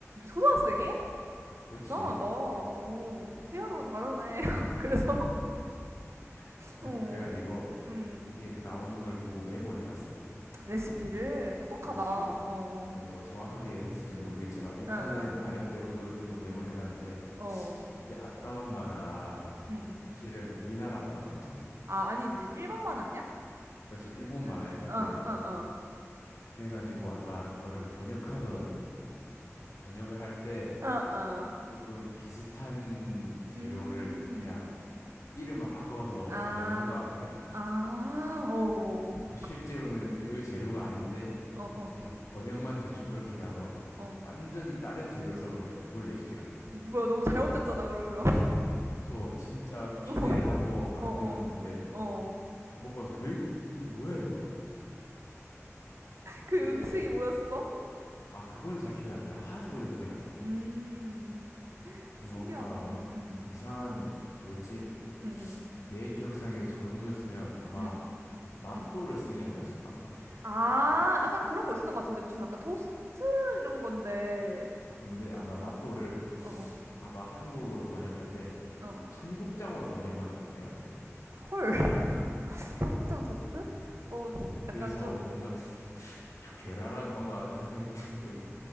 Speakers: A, on the right; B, on the left.
A: 초등학생이?
B: 그렇지.
A: 대단하다. 어, 피아로 다르네. <laughs> 그래서,
B: <laughs> 네,
A: 어,
B: 그래가지고
A: 음,
B: 이게 나오는 걸 보고 메모를 해놨어.
A: 레시피를 똑똑하다.
B: 그렇지.
A: 어,
B: 그래도 뭐 정확하게 했을지 모르겠지만 일단은
A: 어, 어,
B: 나름대로 노력해서 메모를 해놨는데
A: 어,
B: 이게 아따맘마가
A: 음, 음.
B: 사실은 우리나라 만화가 아니잖아.
A: 아, 아니지. 1번만 아니야?
B: 그렇지 일본
A: 응,
B: 만화일 텐데
A: 어, 어,
B: 그래가지고 아마 그거를 번역하던 번역을 할때
A: 어, 어, 어.
B: 조금 비슷한 재료를
A: 음,
B: 그냥 이름만 바꿔서
A: 아,
B: 번역을 한 것 같아.
A: 아, 어, 어,
B: 실제로는 그 재료가 아닌데
A: 어, 어.
B: 그냥 번역만 대충 그렇게 나서
A: 어.
B: 완전히 다른 재료를 써버린 거예요. 본 레시피랑은.
A: 뭐야, 너무 잘못됐잖아, 그러면.
B: 그래서 진짜
A: <laughs>
B: 기대를
A: 어,
B: 하고 만들었는데
A: 어, 어. 어.
B: 먹고 와서 왜, 이 뭐야 이거?
A: 그
B: 이게
A: 그 음식이 뭐였어?
B: 아 그건 잘 기억이 안 나요. 하도 오래전이라서.
A: 음,
B: 근데
A: 신기하다.
B: 뭔가
A: 음, 음, 음,
B: 이상한 뭐였지?
A: 음, 음,
B: 내 기억상에 저 정도였으면 아마
A: 음.
B: 낫또를
A: 음.
B: 쓰는 게 아니었을까?
A: 아, 약간 그런 거 있었던 것 같은데. 무슨 약간 토스트 이런 건데.
B: 근데 아마 나또를
A: 어, 어, 어,
B: 아마 한국어로 번역할 때
A: 어. 어.
B: 청국장으로 번역을 한 것 같아, 내가 보기엔.
A: 헐, <laughs> 청국장 토스트? 어, 약간
B: 그래서
A: 좀.
B: 뭔가 <laughs> 좀 괴랄한 뭔가 탄생했던 <laughs> 기억이.